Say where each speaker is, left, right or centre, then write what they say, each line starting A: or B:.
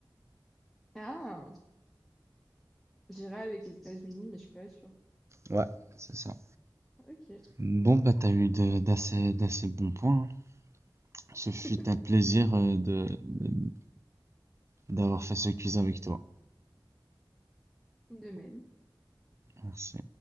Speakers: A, in the centre; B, on the right (about 35°).
A: Ah, J'irai avec les États-Unis, mais je suis pas sûre.
B: Ouais. C'est ça.
A: Ok,
B: Bon, bah, t'as eu de- d'assez, d'assez bons points. hein. Ce fut
A: <laughs>
B: un plaisir euh, de, de- d'avoir fait ce quiz avec toi.
A: de même.
B: Merci.